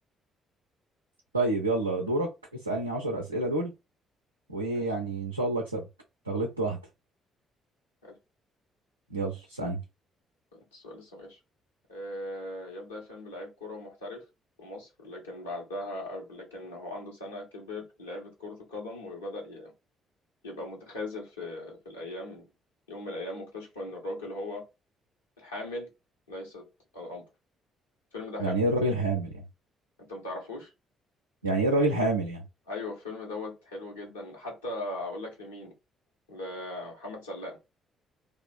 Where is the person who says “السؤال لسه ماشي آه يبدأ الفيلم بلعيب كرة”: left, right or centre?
Left